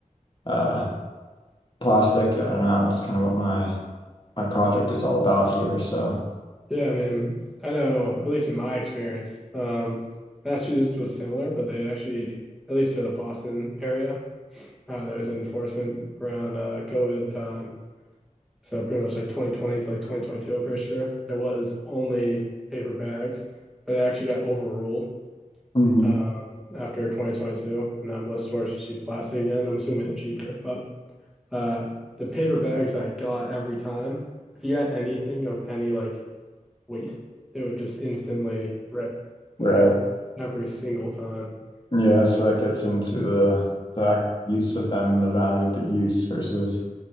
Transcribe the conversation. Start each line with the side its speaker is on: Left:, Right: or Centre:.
Left: uh, plastic. I don't know. That's kind of what my my project is all about here. So
Centre: Yeah, I mean, I know, at least in my experience, um, Massachusetts was similar, but they actually, at least for the Boston area, uh, there was enforcement around uh, COVID time. So pretty much like 2020 to like 2022, I'm pretty sure there was only paper bags, but it actually got overruled
Left: Mhm.
Centre: um, after 2022. Now most stores just use plastic again. I'm assuming it's cheaper, but uh, the paper bags I got every time, if you got anything of any like wheat. It would just instantly rip
Left: right,
Centre: like every every single time.
Left: yeah. So that gets into the the act- use of them and the value of the use versus